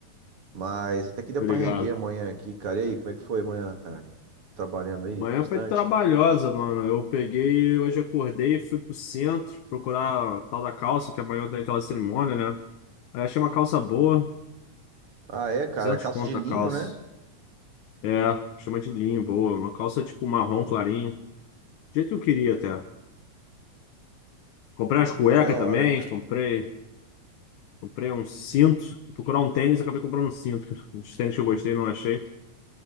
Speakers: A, on the right (about 50°); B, on the left (about 75°).
A: Mas até que deu
B: Obrigado.
A: pra render amanhã aqui, cara. E aí, como é que foi amanhã, cara? Trabalhando aí
B: Manhã
A: bastante?
B: foi trabalhosa, mano. Eu peguei, hoje acordei, fui pro centro procurar a tal da calça, que amanhã tem aquela cerimônia, né? Aí achei uma calça boa,
A: Ah, é, cara.
B: 200
A: Calça
B: conto
A: de linho,
B: a calça.
A: né?
B: É, chama de linho, boa. Uma calça tipo marrom clarinho, do jeito que eu queria até. Comprei as
A: Pô,
B: cuecas
A: da hora,
B: também,
A: cara.
B: comprei, comprei um cinto. Fui procurar um tênis, acabei comprando um cinto. Os tênis que eu gostei, não achei.